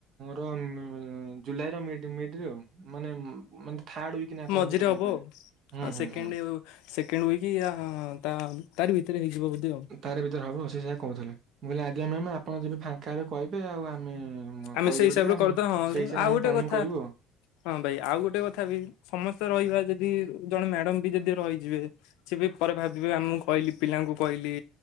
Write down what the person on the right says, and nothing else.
ର ଜୁଲାଇ ର ମିଡ୍-ମିଡ୍ ରେ ଆଉ ମାନେ- ମାନେ ଥାର୍ଡ ଉଇକ୍ ନା
କଣ ଏମିତି ଗୋଟିଏ କଣ
କହିଲେ,
ହୁଁ-ହୁଁ-ହୁଁ।
ତାରି ଭିତେରେ ହବ ସିଏ ସେୟା କହୁଥିଲେ, ମୁଁ କହିଲି ଆଜ୍ଞା ମ୍ୟାମ୍ ଆପଣ ଯେବେ ଫାଙ୍କା ହେବେ କହିବେ ଆଉ ଆମେ-
କହିଦେବେ
ଟିକେ ଆମେ
ସେଇ ହିସାବରେ
ଆମେ
ପ୍ଲାନିଂ
କରିବୁ ଆଉ